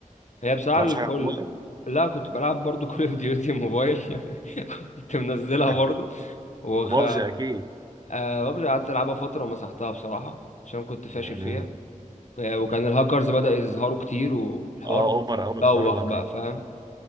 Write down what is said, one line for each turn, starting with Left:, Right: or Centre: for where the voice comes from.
Left: هي بصراحه
Right: بتلعبش
Left: الكل
Right: حاجة على الموبايل
Left: لا كنت بلعب برضو كول اوف ديوتي موبايل <laughs> كنت منزلها
Right: <laughs>
Left: برضو وخ
Right: وبابجي اكيد
Left: آه، ببجي قعدت العبها فتره ومسحتها بصراحه عشان كنت فاشل
Right: مم.
Left: فيها آه، وكان الهاكرز بدأ يظهروا كتير والحوار
Right: اه اوفر قوي
Left: بوخ
Right: الحوار الاكر
Left: بقى
Right: ده
Left: فاهم